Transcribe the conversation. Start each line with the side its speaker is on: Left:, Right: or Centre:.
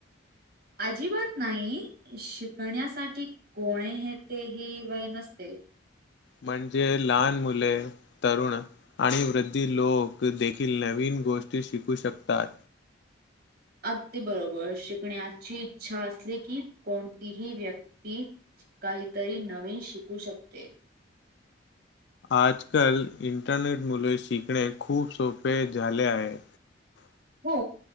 Right: अजिबात नाही. शिकण्यासाठी कोणतेही वय नसते.
Left: म्हणजे लहान मुले तरुण आणि वृद्धी लोक देखील नवीन गोष्टी शिकू शकतात.
Right: अगदी बरोबर.. शिकण्याची इच्छा असली की कोणतीही व्यक्ती काहीतरी नवीन शिकू शकते.
Left: आजकाल इंटरनेट मुल शिकणे खूप सोपे झाले आहे.
Right: हो..